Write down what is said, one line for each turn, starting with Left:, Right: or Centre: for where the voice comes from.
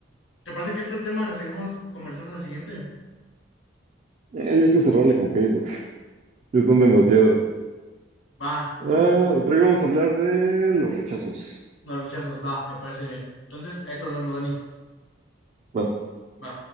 Left: ¿Te parece que este tema le sigamos conversando en la siguiente?
Right: Eh, hay que cerrarle con Facebook. <laughs> Ya son demasiadas.
Left: Va,
Right: Ah, pero hoy vamos a hablar de los rechazos.
Left: los rechazos, va, me parece bien. Entonces, ahí nos vemos, Dani.
Right: Va.
Left: Va.